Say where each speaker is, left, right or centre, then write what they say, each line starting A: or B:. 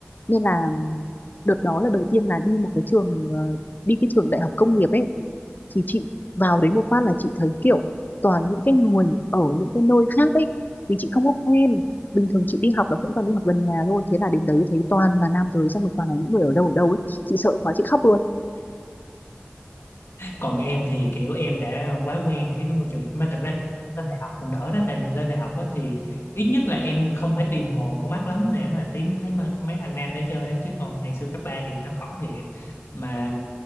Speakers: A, on the left; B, on the left.
A: nên là đợt đó là đầu tiên là đi một cái trường ờ, đi cái trường đại học công nghiệp ấy thì chị vào đấy một phát là chị thấy kiểu toàn những cái người ở những cái nơi khác ấy vì chị không có quen bình thường chị đi học là cũng toàn đi học gần nhà thôi thế là đến đấy thấy toàn là nam giới xong rồi toàn là những người ở đâu ở đâu ấy chị sợ quá chị khóc luôn
B: Còn em thì kiểu em đã quá quen với cái môi trường mà thật ra là em lên đại học còn đỡ đó tại vì lên đại học á thì ít nhất là em không phải tìm mòn con mắt lắm để mà tìm thấy mà mấy thằng nam để chơi á chứ còn ngày xưa cấp 3 thì nó khó thiệt mà